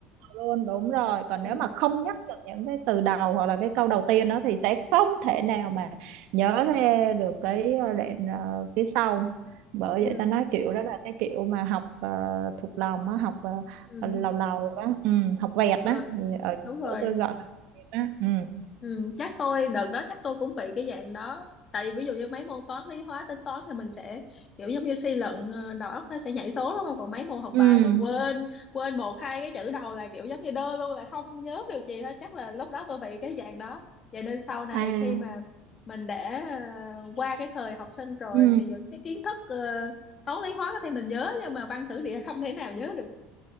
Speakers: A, on the right (about 65°); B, on the left (about 35°).
A: luôn đúng rồi còn
B: ừ,
A: nếu mà không nhắc được những cái từ đầu hoặc là cái câu đầu tiên đó thì sẽ không thể nào mà nhớ ra được cái ờ, đoạn ờ, phía sau bởi
B: ừ,
A: vậy ta nói kiểu đó là cái kiểu mà học ờ, thuộc lòng á học
B: ừ.
A: ờ, lầu lầu đó ừ, học vẹt đó
B: ừ,
A: Ừ, ở
B: đúng rồi
A: chỗ tôi gọi là vẹt đó ừ.
B: ừ, chắc tôi đợt đó chắc tôi cũng bị cái dạng đó tại vì ví dụ như mấy môn toán lý hóa tính toán thì mình sẽ kiểu giống như suy luận ờ, đầu óc nó sẽ nhảy số đúng không còn mấy môn học
A: ừ
B: bài mà quên quên một hai cái chữ đầu là kiểu giống như đơ luôn là không nhớ được gì hết chắc là lúc đó tôi bị cái dạng đó vậy nên sau này
A: à
B: khi mà mình đã ờ, qua cái thời học sinh rồi
A: ừ
B: thì những cái kiến thức ờ, toán lý hóa có thể mình nhớ nhưng mà văn sử địa không thể nào nhớ được